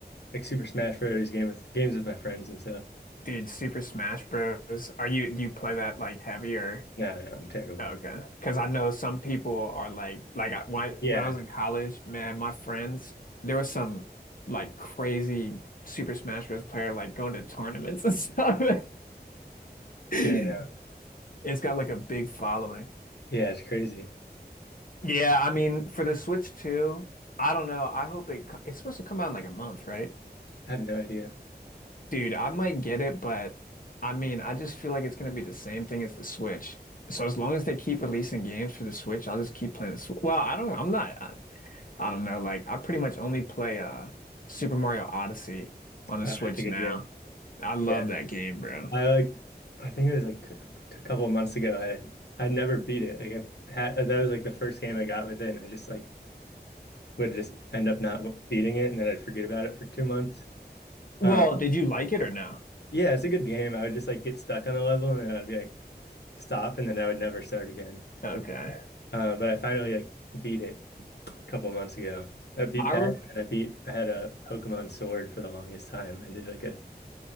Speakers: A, on the left; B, on the left.
A: like Super Smash Bros. game with games with my friends and stuff.
B: Dude, Super Smash Bros. Are you, do you play that like heavier?
A: No, no, I'm terrible.
B: Okay. Because I know some people are like, like I, when I,
A: Yeah.
B: when I was in college, man, my friends, there was some like crazy Super Smash Bros. player like going to tournaments and stuff. <laughs>
A: Yeah, no.
B: It's got like a big following.
A: Yeah, it's crazy.
B: Yeah, I mean, for the Switch 2, I don't know. I hope it co- it's supposed to come out in like a month, right?
A: I have no idea.
B: Dude, I might get it, but I mean, I just feel like it's gonna be the same thing as the Switch. So as long as they keep releasing games for the Switch, I'll just keep playing the Switch. Well, I don't, I'm not, I, I don't know. Like, I pretty much only play uh Super Mario Odyssey on the
A: Uh,
B: Switch
A: it's a good
B: now.
A: game.
B: I love
A: Yeah.
B: that game, bro.
A: I like I think it was like a couple of months ago. I I'd never beat it. Like I had that was like the first game I got with it, and I just like would just end up not w- beating it, and then I'd forget about it for two months.
B: Well,
A: Um,
B: did you like it or no?
A: yeah, it's a good game. I would just like get stuck on a level, and then I'd be like stop, and then I would never start again.
B: Okay.
A: Uh, but I finally like beat it a couple of months ago. I beat that,
B: I rem
A: and then I beat I had a Pokemon Sword for the longest time, and did like a